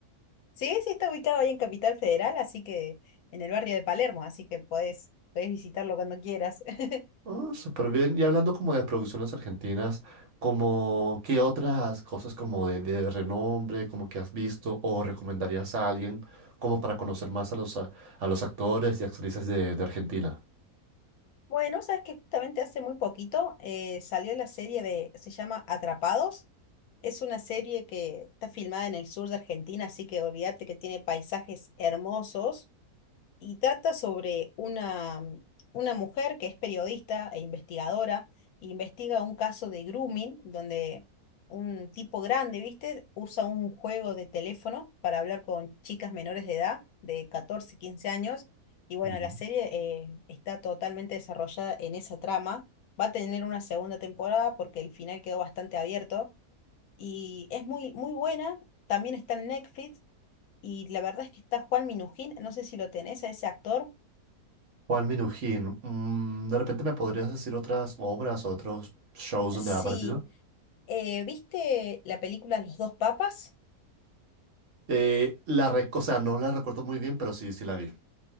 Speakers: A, on the left; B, on the right.
A: Sí, sí, está ubicado ahí en Capital Federal, así que en el barrio de Palermo, así que podés, podés visitarlo cuando quieras. <laughs>
B: Ah, súper bien. Y hablando como de producciones argentinas, como qué otras cosas como de, de renombre, como que has visto o recomendarías a alguien como para conocer más a los, a, a los actores y actrices de, de Argentina.
A: Bueno, sabes que justamente hace muy poquito eh, salió la serie de, se llama Atrapados. Es una serie que está filmada en el sur de Argentina, así que olvídate que tiene paisajes hermosos y trata sobre una, mm, una mujer que es periodista e investigadora, e investiga un caso de grooming, donde un tipo grande, ¿viste? Usa un juego de teléfono para hablar con chicas menores de edad, de 14 15 años, y bueno,
B: Ujú.
A: la serie eh, está totalmente desarrollada en esa trama. Va a tener una segunda temporada porque el final quedó bastante abierto y es muy, muy buena. También está en Netflix y la verdad es que está Juan Minujín, no sé si lo tenés, a ese actor
B: Juan Minujín, mm, ¿de repente me podrías decir otras obras o otros shows donde
A: Sí,
B: ha aparecido?
A: eh, ¿viste la película Los dos papas?
B: Eh, la rec- o sea, no la recuerdo muy bien, pero sí, sí la vi.